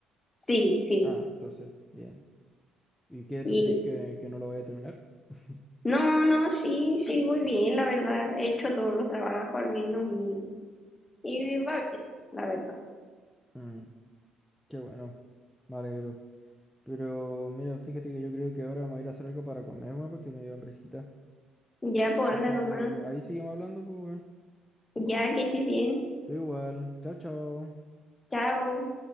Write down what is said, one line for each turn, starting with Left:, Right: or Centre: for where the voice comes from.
Left: Sí, sí.
Centre: Ah, entonces, bien. ¿Y qué
Left: Y
Centre: tú crees que, que no lo voy a terminar? <laughs>
Left: no, no, sí, sí, voy bien, la verdad. He hecho todos los trabajos al menos y, y va bien, la verdad.
Centre: Mm, qué bueno, me alegro. Pero mira, fíjate que yo creo que ahora me voy a ir a hacer algo para comer, weón, porque me dio hambrecita.
Left: Ya pues
Centre: Así
Left: anda nomás.
Centre: que ahí seguimos hablando, pues, weón.
Left: Ya que estés bien.
Centre: Tú igual. Chao, chao.
Left: Chao.